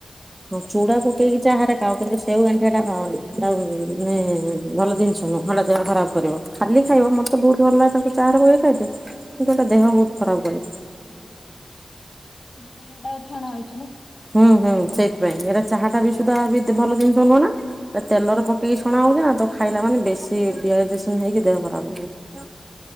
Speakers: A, on the right; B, on the left.
A: ହଁ ଚୁଡା ପକେଇକି ଚାହାରେ ଖାଅ କିନ୍ତୁ ସ ସେଉ ଗାଣ୍ଠିଟା ଖାଅନି <unintelligible> ଭଲ ଜିନିଷ ନୁହଁଟା ଦେହ ଖରାପ କରିବ ଖାଲି ଖାଇବ ମତେ ବହୁତ ଭଲ ଲାଗେ ତାକୁ ଚାହାରେ ବ ଖାଇଦେ କିୁ ଗଟା ଦେହ ବହୁତ ଖରାପ କରେ।
B: ତେଲ ଟା ଛଣା ଅଛି।
A: ହୁଁ ହୁଁ ସେଇଥିପାଇଁ ଏଇଟା ଚାହା ଟା ବି ତ ଏତେ ଭଲ ଜିନିଷ ନୁହଁ ନା। ତେଲର ପକେଇକି ଛଣା ହଉଛି ନା। ତ ଖାଇଲା ମାନେ ବେଶି ଡ୍ରିହାଇଜ୍ରେସନ ହେଇକି ଦେହ ଖରାପ ହବ।